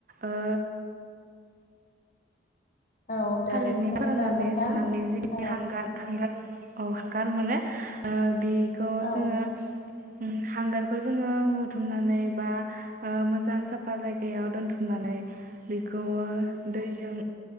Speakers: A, on the right; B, on the left.
A: ओ
B: औ दे
A: थालिरनि
B: बुंबाय
A: फोरोंनानै
B: थालाय नोंथां
A: सावनानै जिखिनि
B: औ
A: हांगार हांगार औ हांगार मानो ओ बि बेखौ
B: औ
A: जोङो उम हांगारखौ जोङो हुथुमनानै बा ओ मोजां साफा जायगायाव दोनथुमनानै बेखौ ओ दैजों